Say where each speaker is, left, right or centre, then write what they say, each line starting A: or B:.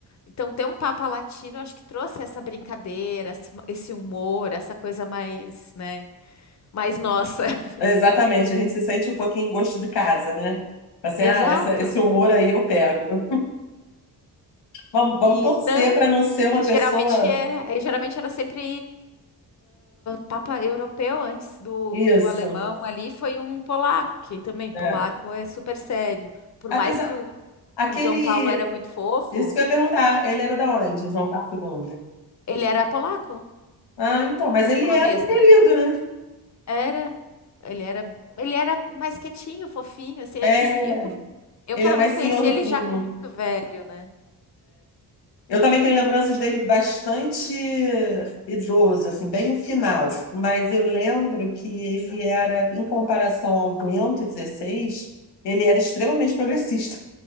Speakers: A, on the left; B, on the left.
A: Então, ter um Papa Latino, acho que trouxe essa brincadeira, esse esse humor, essa coisa mais, né? Mais nossa. <laughs>
B: Exatamente, a gente se sente um pouquinho em gosto de casa, né? Assim,
A: Exato.
B: ah, essa, esse humor aí eu pego. Vamos, vamos
A: E
B: torcer
A: não.
B: para não ser uma
A: E geralmente
B: pessoa.
A: era, e geralmente era sempre Papa europeu antes do,
B: Isso.
A: do alemão ali foi um polaco, que também polaco
B: É.
A: é super sério. Por
B: Apesar.
A: mais que o,
B: Aquele.
A: o João Paulo era muito fofo,
B: Isso que eu ia perguntar. Ele era da onde, João Paulo II?
A: ele era polaco,
B: Ah, então. Mas ele
A: polonês.
B: era um querido,
A: quer- dizer.
B: né?
A: Era, ele era, ele era mais quietinho, fofinho, assim, é
B: É,
A: que a gente, eu, pelo- eu
B: ele
A: pelo
B: era mais
A: menos conheci
B: senhorzinho.
A: ele já muito velho, né?
B: Eu também tenho lembranças dele bastante idoso, assim, bem no final. Mas eu lembro que ele era, em comparação ao Bento XVI, ele era extremamente progressista.